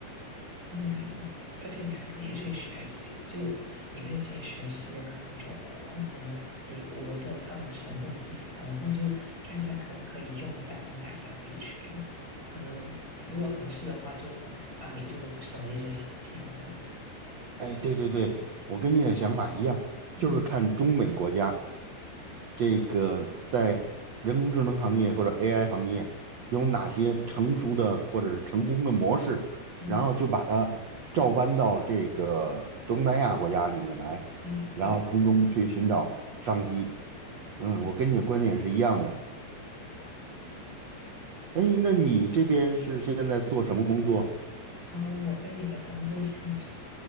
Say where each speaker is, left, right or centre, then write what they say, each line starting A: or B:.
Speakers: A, on the right; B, on the right.
A: 嗯，而且你还可以去学习，就你可以先学习可能中国和美国的他们成功的地方，然后就看一下可不可以用在东南亚地区。可能如果合适的话，就帮帮你就省了一些时间这样子。
B: 哎，对对对，我跟你的想法一样，
A: 嗯
B: 就是看中美国家这个在人工智能行业或者 AI 行业有哪些成熟的或者是成功的模式，
A: 嗯
B: 然后就把它照搬到这个东南亚国家里面来，
A: 嗯，
B: 然后从中去寻找商机。
A: 对
B: 嗯，
A: 对。
B: 我跟你的观点是一样的。哎，那你这边是现在做什么工作？
A: 然后我跟你的工作性质